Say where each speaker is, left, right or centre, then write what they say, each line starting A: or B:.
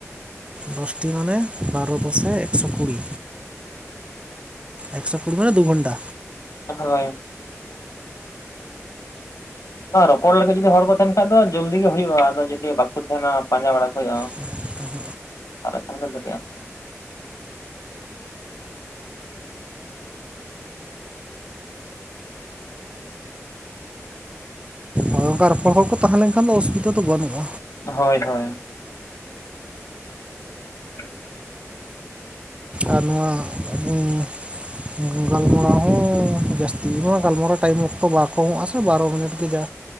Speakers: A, on the right; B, on the left.
A: ᱫᱚᱥᱴᱤ ᱢᱟᱱᱮ ᱵᱟᱨᱚ ᱫᱚᱥᱮ ᱮᱠᱥᱚ ᱠᱩᱲᱤ ᱮᱠᱥᱚ ᱯᱩᱨᱵᱮ ᱫᱩ ᱜᱷᱚᱱᱴᱟ
B: ᱦᱳᱭ ᱨᱚᱯᱚᱲ ᱞᱟᱹᱜᱤᱫ ᱡᱩᱚᱫᱤ ᱦᱚᱲ ᱠᱚ ᱛᱟᱸᱱ ᱠᱷᱟᱡ ᱫᱚ ᱡᱚᱞᱫᱤ ᱜᱮ ᱦᱩᱭᱩᱜᱼᱟ ᱟᱫᱚ ᱡᱩᱚᱫᱤ ᱵᱟᱠᱚ ᱛᱟᱦᱮᱱᱟ ᱯᱟᱸᱡᱟ ᱵᱟᱲᱟ ᱠᱚ ᱦᱩᱭᱩᱜᱼᱟ᱾
A: <unintelligible>
B: <unintelligible>
A: ᱚᱱᱮ ᱚᱱᱠᱟ ᱨᱚᱯᱚᱲ ᱦᱚᱲ ᱠᱚ ᱛᱟᱦᱮᱸ ᱞᱮᱱᱠᱷᱟᱱ ᱫᱚ ᱚᱥᱩᱵᱤᱫᱟ ᱫᱚ ᱵᱟᱹᱱᱩᱜᱼᱟ᱾
B: ᱦᱳᱭ ᱦᱳᱭ᱾ <inaudible>
A: ᱟᱨ ᱱᱚᱣᱟ <unintelligible> ᱜᱟᱞᱢᱟᱨᱟᱣ ᱦᱚᱸ ᱡᱟᱹᱥᱛᱤ ᱱᱚᱣᱟ ᱜᱟᱞᱢᱟᱨᱟᱣ ᱴᱟᱭᱤᱢ ᱚᱠᱛᱚ ᱵᱟᱠᱚ ᱟᱥᱮ ᱵᱟᱨᱚ ᱢᱤᱱᱤᱴ ᱜᱮ ᱡᱟᱼᱼ